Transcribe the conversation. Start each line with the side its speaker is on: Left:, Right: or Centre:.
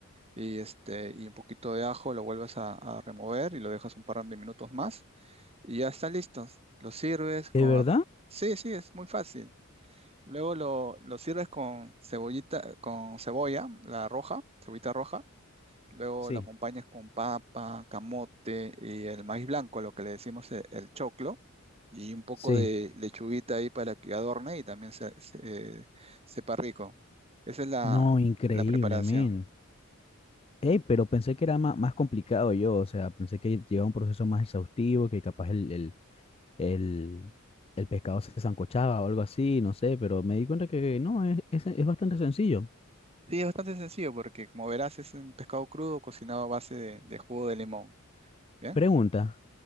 Right: y, este, y un poquito de ajo, lo vuelves a, a remover y lo dejas un par de minutos más y ya está listo. Lo sirves con...
Left: ¿De verdad?
Right: a- Sí, sí, es muy fácil. Luego lo, lo sirves con cebollita, con cebolla, la roja, cebollita roja, Luego
Left: Sí.
Right: lo acompañas con papa, camote y el maíz blanco, lo que le decimos e- el, choclo, y un poco
Left: Sí.
Right: de lechuguita ahí para que adorne y también se, se- eh, sepa rico. Esa es la,
Left: No, increíble,
Right: la preparación.
Left: men. Ey, pero pensé que era ma- más, complicado yo, o sea, pensé que llevaba un proceso más exhaustivo, que capaz el, el- el, el pescado se sancochaba o algo así, no sé, pero me di cuenta que no, es, es, es bastante sencillo.
Right: Sí, es bastante sencillo porque como verás es un pescado crudo cocinado a base de, de jugo de limón. ¿Bien?
Left: Pregunta,